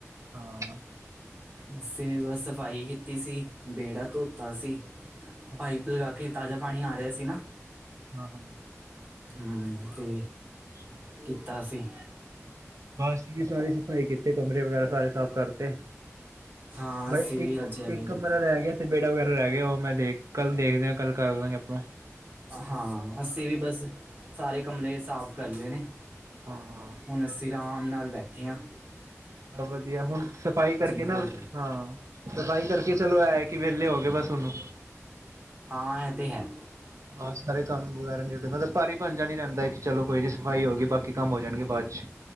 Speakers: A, on the right; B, on the right.
A: ਹਾਂ
B: ਅਸੀਂ ਵੀ ਬਸ ਸਫ਼ਾਈ ਕੀਤੀ ਸੀ ਵੇਹੜਾ ਧੋਤਾ ਸੀ।
A: ਅੱਛਾ
B: ਪਾਈਪ
A: ਅੱਛਾ
B: ਲਗਾ ਕੇ ਤਾਜ਼ਾ ਪਾਣੀ ਆ ਰਿਹਾ ਸੀ ਨਾ।
A: ਹਾਂ-ਹਾਂ।
B: ਹੂੰ, ਤੇ
A: ਅੱਛਾ
B: ਕੀਤਾ ਸੀ।
A: ਅਸੀ ਵੀ ਸਾਰੇ ਸਫ਼ਾਈ ਕੀਤੇ ਕਮਰੇ ਵਗੈਰਾ ਸਾਰੇ ਸਾਫ਼ ਕਰਤੇ।
B: ਹਾਂ
A: ਬਸ
B: ਅਸੀਂ ਵੀ
A: ਇੱਕ,
B: ਅੱਜ ਐਵੇਂ
A: ਇੱਕ
B: ਕੀਤਾ
A: ਕਮਰਾ ਰਹਿ ਗਿਆ। ਵੇਹੜਾ ਵਗੈਰਾ ਰਹਿ ਗਿਆ ਓ ਮੈਂ ਦੇਖ ਕੱਲ ਦੇਖਦੇ ਆ ਕੱਲ ਕਰ ਦਾਂਗੇ ਆਪਾ।
B: ਹਾਂ ਅਸੀਂ ਵੀ ਬਸ ਸਾਰੇ ਕਮਰੇ ਸਾਫ਼ ਕਰ ਲਏ ਨੇ।
A: ਹਾਂ ਹਾਂ
B: ਹੁਣ ਅਸੀਂ ਰਾਮ ਨਾਲ ਬੈਠੇ ਆ।
A: ਬਹੋ ਵਧੀਆ, ਹੁਣ ਸਫ਼ਾਈ ਕਰਕੇ ਨਾ,
B: ਕੋਲ ਕਰੂੰ
A: ਹਾਂ। ਸਫ਼ਾਈ ਕਰਕੇ ਚਲੋ ਐਹ ਆ ਕਿ ਵੇਹਲੇ ਹੋ ਗਏ ਬਸ ਹੁਣ।
B: ਹਾਂ ਐਹ ਤੇ ਹੈ।
A: ਹਾਂ ਸਾਰੇ ਕੰਮ ਵਗੈਰਾ ਨਿਪਟ ਨਾ ਤਾ ਭਾਰੀ ਭੰਨ ਨੀ ਰਹਿੰਦਾ ਕੀ ਚਲੋ ਕੋਈ ਨੀ ਸਫਾਈ ਹੋ ਗਈ ਬਾਕ ਕੀ ਕੰਮ ਹੋ ਜਾਣਗੇ ਬਾਅ ਚ।